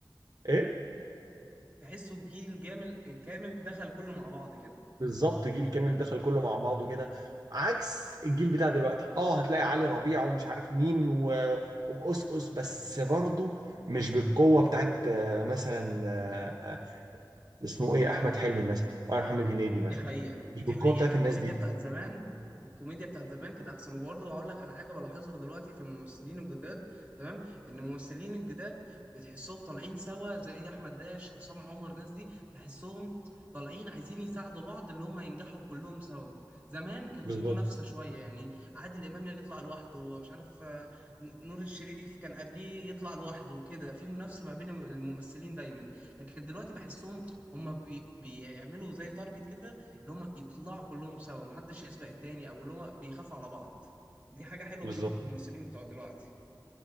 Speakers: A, on the right; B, on the right.
A: ايه
B: تحسه جيل جامل كامل دخل كله مع بعض كده
A: بالظبط جيل كامل دخل كله مع بعضه كده عكس الجيل بتاع دلوقتي اه هتلاقي علي ربيع ومش عارف مين و... وأس أس، بس برضه مش بالقوة بتاعت آه، مثلا آه، آه، اسمه ايه احمد حلمي مثلا ولا محمد هنيدي مثلا
B: دي حقيقة
A: مش
B: دي
A: بالقوة
B: حقيقة
A: بتاعت
B: الكوميديا
A: الناس دي
B: بتاعت زمان الكوميديا بتاعت زمان كانت أحسن وبرضه هقول لك على حاجة بلاحظها دلوقتي في الممثلين الجداد تمام إن الممثلين الجداد بتحسهم طالعين سوا زي أحمد داش عصام عمر الناس دي بحسهم طالعين عايزين يساعدوا بعض اللي هم ينجحوا كلهم سوا زمان كان
A: بالظبط
B: في منافسة شوية يعني عادل إمام يطلع لوحده ومش عارف آه، ن- نور الشريف كان قبليه يطلع لوحده وكده في منافسة ما بين الممثلين دايما لكن دلوقتي بحسهم هم بي... بيعملوا زي تارجت كده اللي هم يطلعوا كلهم سوا محدش يسبق التاني او اللي هو بيخافوا على بعض دي حاجة حلوة
A: بالظبط
B: بشوفها في الممثلين بتوع دلوقتي